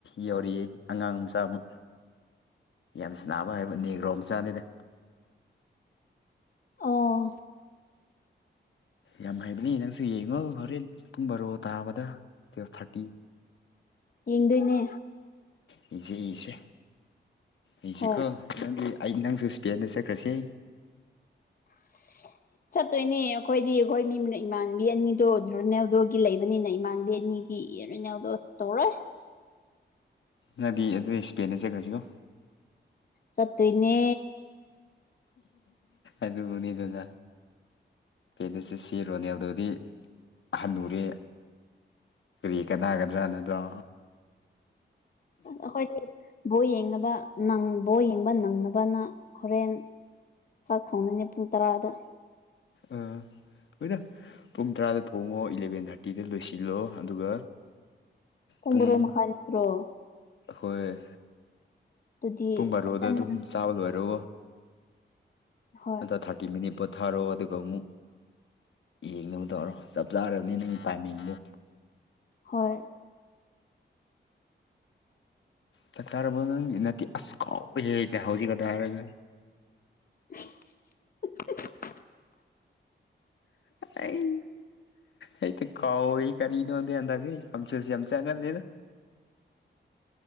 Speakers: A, on the left (about 80°); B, on the left (about 50°).
A: ꯌꯧꯔꯤꯌꯦ ꯑꯉꯥꯡ ꯃꯆꯥ ꯑꯃ ꯌꯥꯝ ꯁꯅꯥꯕ ꯍꯥꯏꯕ ꯅꯦꯒ꯭ꯔꯣ ꯃꯆꯥꯅꯤꯗ
B: ꯑꯣ
A: ꯌꯥꯝ ꯍꯩꯕꯅꯤ ꯅꯪꯁꯨ ꯌꯦꯡꯉꯣ ꯍꯣꯔꯦꯟ ꯄꯨꯡ ꯕꯔꯣ ꯇꯥꯕꯗ ꯇꯨꯑꯦꯞ ꯊꯥꯔꯇꯤ
B: ꯌꯦꯡꯗꯣꯏꯅꯦ
A: ꯌꯦꯡꯆꯦ ꯌꯦꯡꯁꯦ ꯌꯦꯁꯦꯀꯣ
B: ꯍꯣꯏ
A: ꯅꯪꯕꯤ ꯑꯩ ꯅꯪꯁꯨ ꯏꯁ꯭ꯄꯦꯟꯗ ꯆꯠꯈ꯭ꯔꯁꯦ
B: <inaudible> ꯆꯠꯇꯣꯏꯅꯦ ꯑꯈꯣꯏꯗꯤ ꯑꯈꯣꯏ ꯃꯤꯃꯅ ꯏꯃꯥꯟꯕꯤ ꯑꯅꯤꯗꯣ ꯗꯔꯣꯅꯦꯜꯗꯨꯒꯤ ꯂꯩꯕꯅꯤꯅ ꯏꯃꯥꯟꯕꯤ ꯑꯅꯤ ꯒꯤ ꯏꯔꯤꯅꯦꯜꯗꯣꯁ ꯇꯧꯔꯣꯏ
A: ꯅꯗꯤ ꯑꯗꯨ ꯏꯁꯄꯦꯟꯅ ꯆꯠꯈ꯭ꯔꯁꯤꯀꯣ
B: ꯆꯠꯇꯣꯏꯅꯦ
A: ꯑꯗꯨꯕꯨꯅꯤꯗꯅ ꯄꯦꯟꯅ ꯆꯠꯁꯤ ꯔꯣꯅꯦꯜꯗꯨꯗꯤ ꯍꯟꯅꯨꯔꯦ ꯀꯔꯤ ꯀꯅꯥꯒꯗ꯭ꯔꯥ ꯅꯠꯇ꯭ꯔꯣ
B: ꯑꯈꯣꯏꯗꯤ ꯕꯣ ꯌꯦꯡꯅꯕ ꯅꯪ ꯕꯣ ꯌꯦꯡꯕ ꯅꯪꯅꯕꯅ ꯍꯣꯔꯦꯟ ꯆꯥꯛ ꯊꯣꯡꯅꯅꯦ ꯄꯨꯡ ꯇꯔꯥꯗ
A: ꯑ ꯍꯣꯏꯗ ꯄꯨꯡ ꯇꯔꯥꯗ ꯊꯣꯡꯉꯣ ꯏꯂꯚꯦꯟ ꯊꯥꯔꯇꯤꯗ ꯂꯣꯏꯁꯤꯜꯂꯣ ꯑꯗꯨꯒ ꯄꯨꯡ
B: ꯕꯥꯔꯣ ꯃꯈꯥꯏ ꯅꯠꯇ꯭ꯔꯣ
A: ꯍꯣꯏ
B: ꯑꯗꯨꯗꯤ
A: ꯄꯨꯡ ꯕꯥꯔꯣꯗ
B: ꯐꯖꯅ
A: ꯑꯗꯨꯝ ꯆꯥꯕ ꯂꯣꯏꯔꯣ
B: ꯍꯣꯏ
A: ꯑꯗ ꯊꯥ ꯇꯤ ꯃꯤꯅꯤꯠ ꯄꯣꯊꯥꯔꯣ ꯑꯗꯨꯒ ꯑꯃꯨꯛ ꯌꯦꯡꯅꯕ ꯇꯧꯔꯣ ꯆꯞ ꯆꯥꯔꯅꯤ ꯅꯪꯒꯤ ꯇꯥꯏꯃꯤꯡꯗꯣ
B: ꯍꯣꯏ
A: ꯆꯥꯛ ꯆꯥꯔꯕ ꯅꯪ ꯅꯥꯠꯇꯦ ꯑꯁ ꯀꯥꯎꯏꯍꯦ ꯍꯦꯛꯇ ꯍꯧꯖꯤꯛꯈꯗ ꯍꯥꯏꯔꯒ
B: <unintelligible>
A: ꯑꯩ ꯍꯦꯛꯇ ꯀꯥꯎꯋꯤ ꯀꯔꯤꯅꯣꯗꯦ ꯍꯟꯗꯛꯁꯦ ꯄꯝꯆ ꯆꯦ ꯌꯥꯝ ꯆꯥꯟꯅꯗꯦꯗ